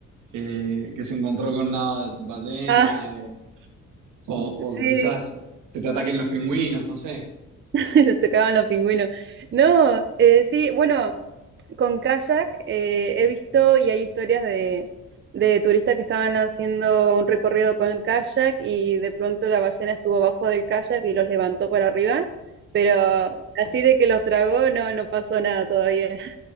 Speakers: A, on the right; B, on the right.
A: que, que se encontró con una ballena,
B: ah,
A: eh, o,
B: <laughs> sí,
A: o quizás que te ataquen los pingüinos, no sé.
B: <laughs> le tocaban los pingüinos. No, eh, sí, bueno. con kayak eh, he visto y hay historias de, de turistas que estaban haciendo un recorrido con kayak y de pronto la ballena estuvo abajo del kayak y los levantó para arriba, pero así de que los tragó no, no pasó nada todavía. <laughs>